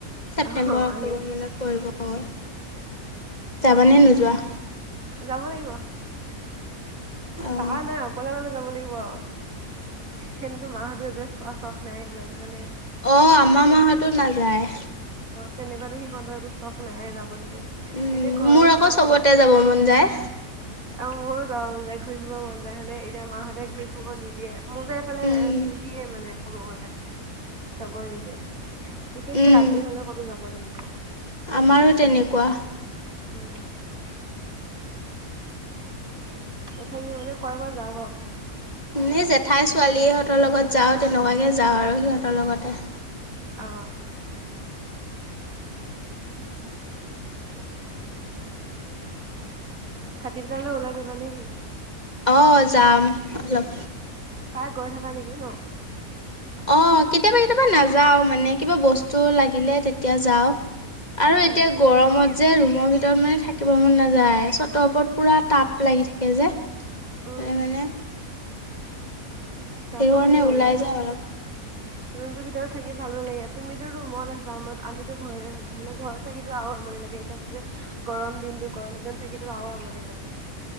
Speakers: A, on the left; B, on the right.
A: ছেপ্টেম্বৰ,
B: অ আহি
A: অক্টোবৰ মানত পৰিব। গৈ, যাবানে নোযোৱা?
B: যাব লাগিব
A: অ',
B: বা নাই অকলে কলে যাব লাগিব আৰু সেনেতো মাহঁতো এবয়া চোৱা চখ নাই ইমান মানে
A: অ', আমাৰ
B: এতিয়া অ
A: মাহতো নাযায়।
B: তেনেকুৱাতো সিহঁতৰ একো চখ নায়ে যাবলগীয়া।
A: উম,
B: এনে ঘৰৰ
A: মোৰ
B: ওচৰৰ
A: আকৌ চবতে যাব মন যায়।
B: অ', মোৰো <unintelligible> ঘূৰি ফুৰিব মন যায় হয়নে? এতিয়া মাহঁতে ঘূৰি ফুৰিব নিদিয়ে। মোৰ যে এফালে
A: উম,
B: নিদিয়ে মানে কব গলে। যাব নিদিয়ে বিশেষকে
A: উম,
B: ৰাতি হলে ক'তো যাব নিদিয়ে
A: আমাৰো তেনেকুৱা।
B: অ'। তথাপিও মানে কৈ কৈ যাম আও।
A: এনেই জেঠাই ছোৱালীহঁতৰ লগত যাওঁ তেনেকুৱাকৈ যাওঁ আৰু সিহঁতৰ লগতে
B: অ', খাটি পেলালৈ লেও ওলাই যাবা নে কি?
A: অ', যাম অলপ।
B: পাই গৈ থাকা নিকি ন?
A: অ', কেতিয়াবা কেতিয়াবা নাযাও মানে কিবা বস্তু লাগিলে তেতিয়া যাওঁ। আৰু এতিয়া
B: উম
A: গৰমত যে ৰুমৰ ভিতৰত মানে থাকিব মন নাযায় চতৰ ওপৰত পুৰা টাপ লাগি থাকে যে এ
B: উম
A: মানে
B: যাব
A: সেইটো কাৰণে
B: লাগে ওলাই কৰি
A: যাওঁ অলপ
B: ৰুমটো ভিতৰত থাকি ভালো লাগে তুমিতো ৰুমত আছা আমা‌ আমিতো ঘৰতে থাকো হলে ঘৰত থাকিতো আও মনি লাগে এতিয়াতে গৰম দিনতটো গৰম দিনত থাকো আৰু আমনি লাগে